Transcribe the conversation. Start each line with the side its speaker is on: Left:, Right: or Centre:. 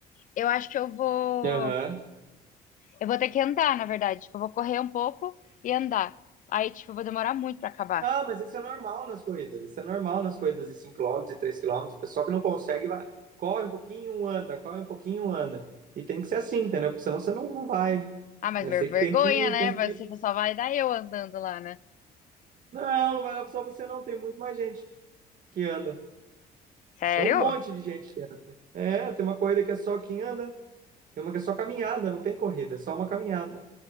Left: eu acho que eu vou.
Right: Aham.
Left: Eu vou ter que andar, na verdade. Tipo, eu vou correr um pouco e andar. Aí, tipo, eu vou demorar muito pra acabar.
Right: Ah, mas isso é normal nas corridas. Isso é normal nas corridas de 5 quilômetros, e 3 km. O pessoal que não consegue vai, corre um pouquinho, anda, corre um pouquinho, anda. E tem que ser assim, entendeu? Porque senão você não, não vai.
Left: Ah, mas
Right: Né,
Left: ver-
Right: Você
Left: vergonha,
Right: que tem que ir,
Left: né?
Right: tem
Left: Você
Right: que ir.
Left: só vai dar eu andando lá, né?
Right: Não, não vai lá só você não, tem muito mais gente que anda.
Left: Sério?
Right: Tem um monte de gente que anda. É, tem uma corrida que é só quem anda, tem uma que é só caminhada, não tem corrida, é só uma caminhada.